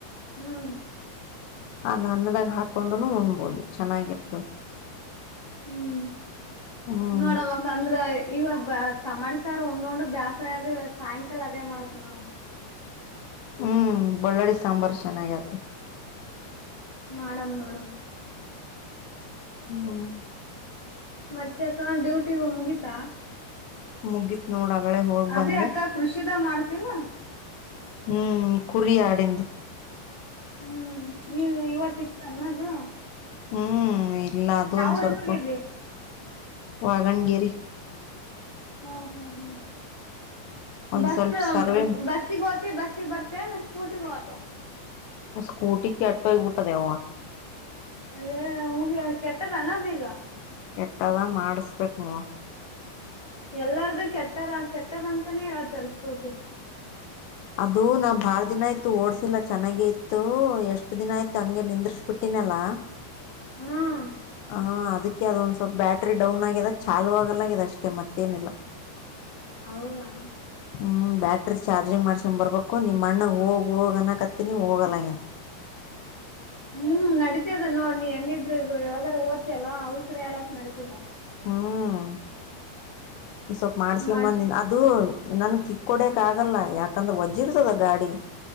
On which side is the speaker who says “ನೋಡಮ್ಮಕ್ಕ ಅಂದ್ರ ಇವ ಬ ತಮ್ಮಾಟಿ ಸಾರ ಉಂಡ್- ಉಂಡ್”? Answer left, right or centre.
Left